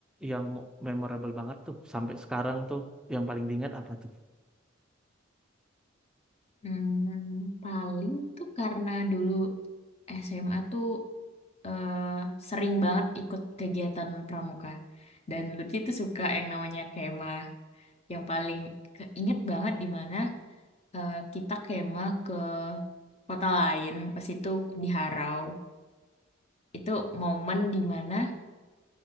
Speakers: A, in the centre; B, on the left.
A: yang memorable banget tuh sampai sekarang tuh yang paling diingat apa tuh
B: Hmm, paling tuh karena dulu SMA tuh eh, sering banget ikut kegiatan pramuka. Dan Lutfi tuh suka yang namanya kema. yang paling keinget banget di mana eh, kita kemah ke kota lain pas itu di Harau itu momen di mana